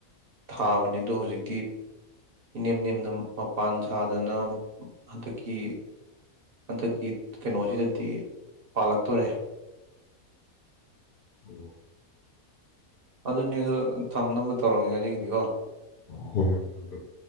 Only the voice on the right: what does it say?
ꯊꯥꯕꯅꯦ ꯑꯗꯣ ꯍꯧꯖꯤꯛꯇꯤ ꯏꯅꯦꯝ ꯅꯦꯝꯅ ꯃꯄꯥꯟ ꯁꯥꯗꯅ ꯍꯟꯗꯛꯀꯤ ꯍꯟꯗꯛꯀꯤ ꯀꯩꯅꯣꯖꯤꯗꯥꯗꯤ ꯄꯥꯜꯂꯛꯇꯣꯔꯦ
ꯑꯗꯨꯅꯦ ꯑꯗꯣ ꯊꯝꯅꯕ ꯇꯧꯔꯒꯦ ꯉꯁꯤꯒꯤꯗꯤꯀꯣ